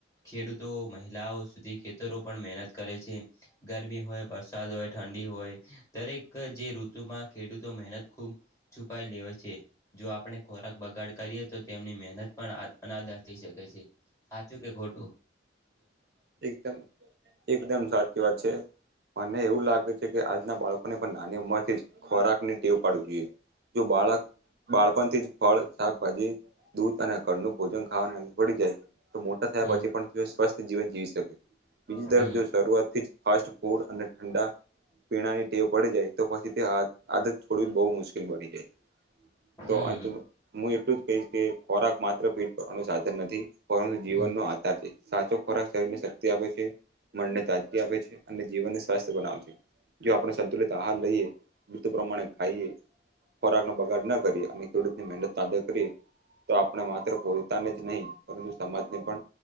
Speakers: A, on the left; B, on the right.
A: ખેડૂતો મહિલાઓ સુધી ખેતરો પણ મહેનત કરે છે ગરમી હોય વરસાદ હોય ઠંડી, હોય દરેક જે ઋતુમાં ખેડૂતો મહેનત ખૂબ છુપાઈ લેવા છે જો આપણે ખોરાક બગાડ કરીએ તો તેમની મહેનત પણ અનાદાર થઈ શકે છે. આચુંકે ઘોટ
B: એકદમ એકદમ સાચી વાત છે મને એવું લાગે છે કે આજના બાળકોને પણ નાની ઉંમરથી જ ખોરાક ની ટેવ પાડવું જોઈએ જો બાળક બાળપણ થી જ ફળ શાકભાજી દૂધ અને ફડનું ભોજન ખાવાને અ પડી જાય તો મોટા થયા
A: હમ
B: પછી પણ તે સ્વસ્થ જીવન જીવી શકે બીજી તરફ
A: હમ
B: જો શરૂઆતથી જ ફાસ્ટ ફૂડ અને ઠંડા પીણાની ટેવ પડી જાય તો પછી તે આદત છોડી બહુ મુશ્કેલ બની જાય
A: હમ
B: તો હું એટલું જ કહીશ કે ખોરાક માત્ર પી સાધન નથી પરંતુ જીવનનો
A: હમ
B: આધાર છે સાચો ખોરાક શરીરને શક્તિ આપે છે મનને તાજગી આપે છે અને જીવન સ્વાસ્થ બનાવે છે. જો આપણે સંતુલિત આહાર લઈએ મૃત્યુ પ્રમાણે ખાઈએ ખોરાક નો બગાડ ન કરીએ અમે ખેડુતની મહેનત કદર કરી. તો આપણે માત્ર પોતાને જ નહીં પરંતુ સમાજને પણ